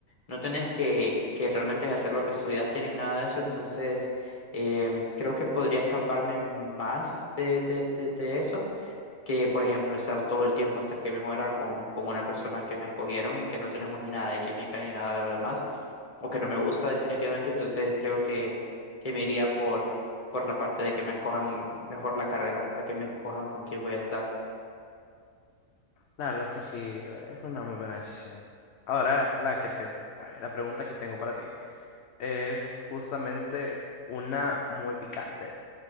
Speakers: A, on the left; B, on the left.
A: no tienes que, que realmente ejercer lo que estudiaste ni nada de eso. Entonces, em, creo que podría escaparme más de, de, de de eso que, por ejemplo, estar todo el tiempo hasta que me muera con, con una persona que me escogieron y que no tenemos nada de química ni nada de lo demás, o que no me gusta definitivamente, entonces creo que, que me iría por, por la parte de que me escojan mejor la carrera, a que me escojan con quién voy a estar.
B: La verdad es que sí, era- es una muy buena decisión. Ahora, la que te, a ver, la pregunta que tengo para ti es justamente una muy picante.